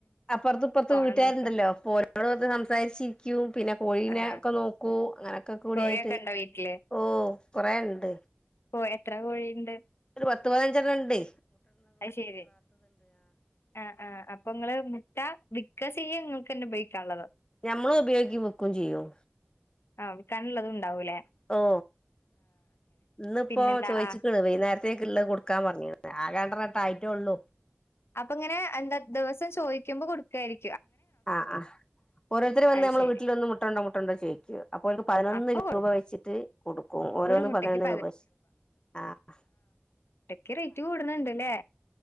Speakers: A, on the left (about 20°); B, on the left (about 85°).
A: അപ്പുറത്തും ഇപ്പുറത്തും
B: ഫോണ്
A: വീട്ടുകാരുണ്ടല്ലോ
B: നോക്കും
A: ഓരോട് സംസാരിച്ചിരിക്കും പിന്നെ കോയീനെ
B: ആഹ്
A: ഒക്കെ നോക്കൂ <inaudible> <unintelligible> ഒക്കെ കൂടിയായിട്ട്
B: കോഴിയൊക്കെ ഉണ്ടോ വീട്ടില്
A: ഓ കുറെ ഉണ്ട്
B: ഓ എത്ര കോഴിയുണ്ട്
A: പത്ത് പതിനഞ്ചെണ്ണം ഉണ്ടേ
B: അത് ശരി ആഹ് ആഹ് അപ്പൊ ഇങ്ങള് മുട്ട വിക്കാ ചെയ്യ പിന്നെ ഉപയോഗിക്കാൻ ഉള്ളത്
A: നഞമ്മള് ഉപയോഗിക്കുകയും വിക്യ ചെയ്യവോ
B: ആഹ് വിക്കാനുള്ളത് ഉണ്ടാവൂല്ലേ
A: ഓ ഇന്ന്പ്പോ
B: പിന്നെന്താ
A: ചോദിച്ച്ക്കണ്
B: ആഹ്
A: വൈകുന്നേരത്തേക്ക്ള്ള കൊടുക്കാൻ പറഞ്ഞ്. <unintelligible>
B: അപ്പൊ ഇങ്ങനെ എന്താ ദെവസം ചോദിക്കുമ്പോ കൊടുക്കായിരി
A: ആഹ് ആഹ് ഓരോരുത്തര് വന്ന്
B: അത്
A: നമ്മൾ
B: ശെരി
A: വീട്ടിൽ വന്ന് മുട്ടണ്ടോ മുട്ടണ്ടോ ചോയിക്ക അപ്പൊ അവ പതിനൊന്ന്
B: അപ്പൊ
A: രൂപ
B: കൊടുക്കും
A: വെച്ചിട്ട് കൊടുക്കും. ഓരോന്ന്
B: ഒരു മുട്ടക്ക്
A: പതിനൊന്ന് രൂപ വെച്ച്. ആഹ്
B: ഇടക്ക് റേറ്റ് കൂടുന്നുണ്ട്ല്ലേ.